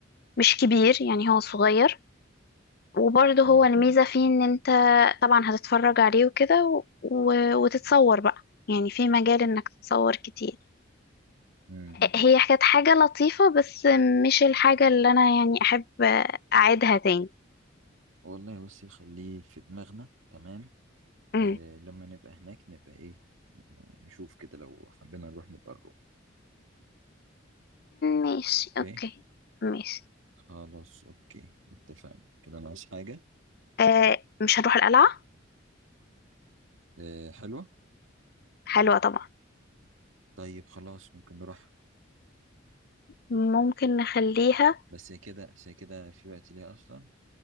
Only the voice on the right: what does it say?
امم
امم
والله بصي خليه في دماغنا تمام
آه لما نبقى هناك نبقى ايه نشوف كده لو حبينا نروح نبقى نروح
اوكي
خلاص أوكي اتفقنا كده أنا عايز حاجة
آه، حلوة
طيب خلاص ممكن نروح
بس هي كده بس هي كده في وقت ليها أصلا